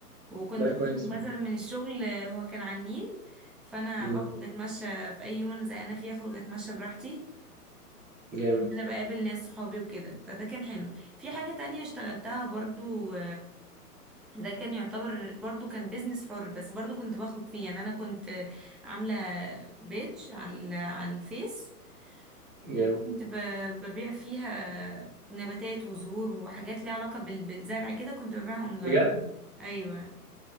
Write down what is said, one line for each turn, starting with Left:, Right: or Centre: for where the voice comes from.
Centre: وكنت
Right: ده كويس
Centre: بخرج مثلا
Right: ايوه
Centre: من الشغل هو كان على النيل فأنا
Right: امم
Centre: بخرج أتمشى في أي يوم أنا زهقانة فيه أخرج أتمشى براحتي
Right: جامد
Centre: أنا بقابل ناس صحابي وكده فده كان حلو في حاجة تانية اشتغلتها برضو ده كان يعتبر برضو كان بيزنس حر بس برضو كنت بخرج فيه يعني أنا كنت عاملة بيج على على الفيس وكنت
Right: جامد
Centre: ب- ببيع فيها نباتات وزهور وحاجات ليها علاقة بال- بالزرع كده كنت ببيعها اونلاين
Right: بجد
Centre: ايوه